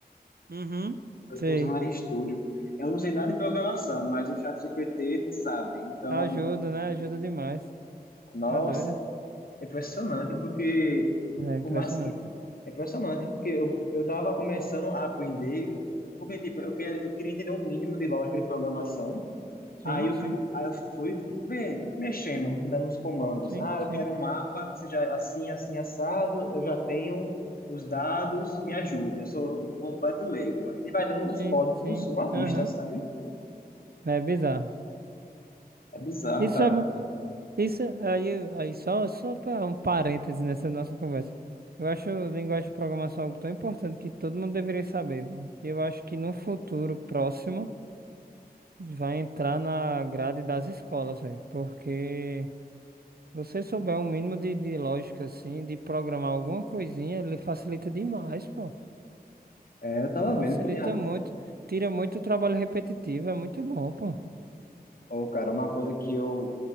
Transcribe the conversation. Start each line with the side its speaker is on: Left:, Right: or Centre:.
Right: Uhum.
Left: Eu estou
Right: Sei.
Left: usando o RStudio. Eu não sei nada de programação, mas o ChatGPT ele sabe. Então,
Right: Ajuda, né? Ajuda demais.
Left: nossa,
Right: Tá doido?
Left: é impressionante porque
Right: É impressionante.
Left: o mais que
Right: né?
Left: é impressionante porque eu eu estava começando a aprender porque tipo eu quero eu queria entender um mínimo de lógica de programação
Right: Sim,
Left: Aí eu
Right: sim,
Left: fui, aí eu fui ver, mexendo, mudando os comandos.
Right: sim,
Left: Ah, eu
Right: sim,
Left: quero um mapa que seja assim, assim, assado. Eu já tenho os dados, me ajude. Eu sou um completo leigo. Ele vai dando os
Right: sim,
Left: códigos,
Right: sim.
Left: uma lista,
Right: Aham.
Left: sabe?
Right: É bizarro.
Left: É bizarro,
Right: Isso
Left: cara.
Right: é bom. Isso aí, aí só, só para um parêntese nessa nossa conversa. Eu acho a linguagem de programação algo tão importante que todo mundo deveria saber. velho. Eu acho que no futuro próximo. Vai entrar na grade das escolas, velho. Porque você souber um mínimo de, de lógica, assim, de programar alguma coisinha, ele facilita demais, pô.
Left: É, eu tava
Right: Facilita
Left: vendo que tem a...
Right: muito. Tira muito o trabalho repetitivo. É muito bom, pô.
Left: Ô, cara, uma coisa que eu